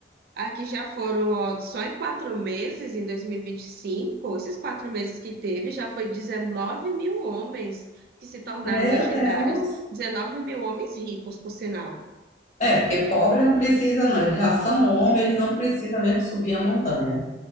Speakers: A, on the right (about 55°); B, on the left (about 40°).
A: Aqui já foram, ó, só em quatro meses, em dois mil e e vinte e cinco esses quatro meses que teve, já foi 19 mil homens que se tornaram
B: Meu
A: legendários.
B: Deus.
A: 19 mil homens ricos, por sinal.
B: É, porque pobre não precisa, não. Eles já são homens, eles não precisam mesmo subir a montanha.